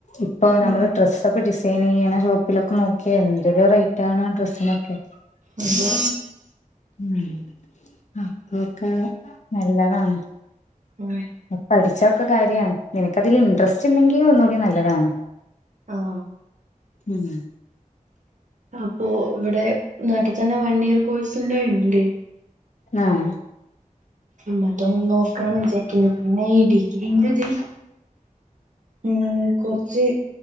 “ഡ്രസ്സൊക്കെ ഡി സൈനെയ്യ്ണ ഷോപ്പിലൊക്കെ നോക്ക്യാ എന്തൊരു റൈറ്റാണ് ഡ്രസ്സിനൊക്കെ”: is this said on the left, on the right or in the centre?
Left